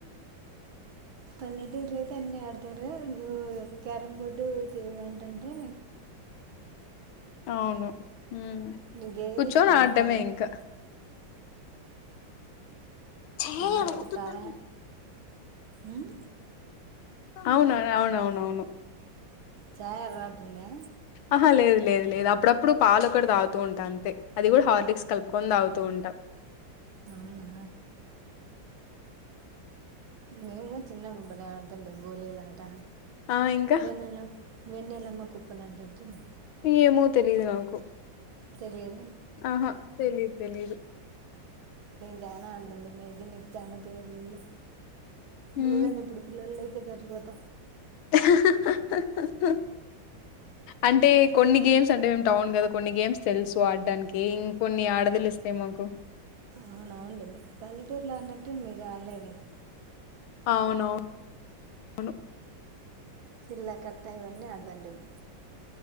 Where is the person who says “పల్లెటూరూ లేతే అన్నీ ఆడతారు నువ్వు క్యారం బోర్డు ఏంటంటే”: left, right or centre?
Right